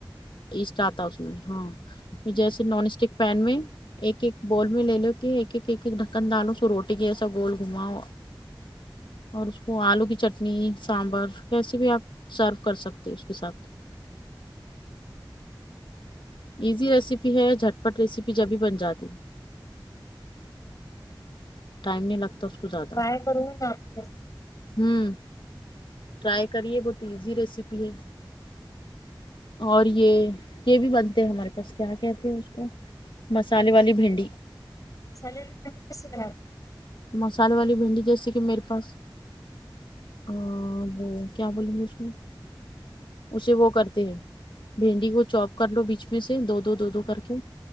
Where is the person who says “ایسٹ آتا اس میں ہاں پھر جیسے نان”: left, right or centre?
Left